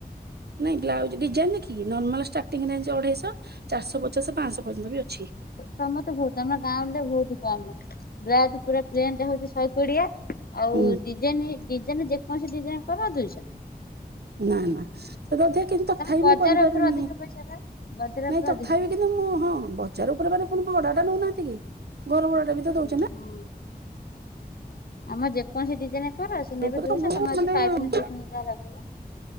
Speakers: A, on the right; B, on the left.
A: ନାଇଁ, ବ୍ଲାଉଜ ଡିଜାଇନ୍ ଦେଖିକି ନର୍ମାଲ ଷ୍ଟାର୍ଟିଂରେ ଅଢେଇଶ ଚାରଶହ ପଚାଶ ପାଆଶହ ପର୍ଯ୍ୟନ୍ତ ବି ଅଛି।
B: ତମେ ତ ବହୁତ୍ ଆମ ଗାଁ ରେ ବହୁତ୍ କାମ ବ୍ଲାଉଜ ପୁରା ପ୍ଲେନ୍ଟା ହଉଛି ଶହେ କୋଡିଏ। ଆଉ
A: ହୁଁ
B: ଡିଜାଇନି୍ ଡିଜାଇନ ଯେକୌଣସି ଡିଜାଇନ କର ଦୁଇଶହ।
A: ନା ନା <unintelligible> ତଥାପି
B: ତମେ ବଜାର
A: ମୁଁ କରିପାରେନି
B: ଉପରେ ଅଧିକ ପଇସା ପା। ବଜାର
A: ନାଇଁ
B: ଉପରେ
A: ତଥାପି
B: ଅଧିକ ପଇସା।
A: କିନ୍ତୁ ମୁଁ ହଁ ବତ୍। ବଜାରେ ଉପରେ ମାନେ ପୁଣି ଭଡାଟା ନେଉନାହାନ୍ତି କି? ଘର ଭଡା ଟା ବି? ତ
B: ହୁଁ
A: ଦଉଛ ନା
B: ହଁ ଆମେ ଯେକୌଣସି ଡିଜାଇନେ। କହିପାରୁଛନ ନା
A: ଉପରେ
B: ଏବେ ଦୁଇଶହ?
A: ସବୁ
B: ତମ
A: ମାନେ
B: ଏଠି ପାଇପିନି ଫାଇପିନି ଯାଆ ଲଗେଇବ।